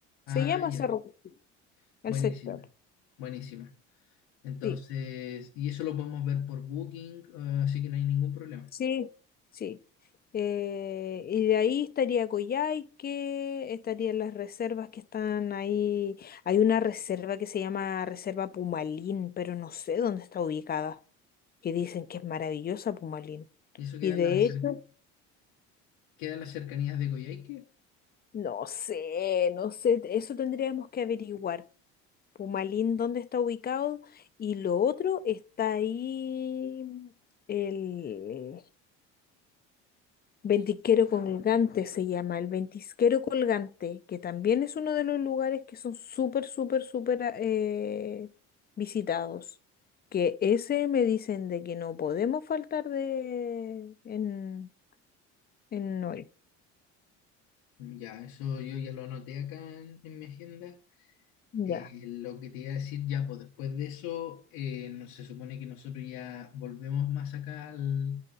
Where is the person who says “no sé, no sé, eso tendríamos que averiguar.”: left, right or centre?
Left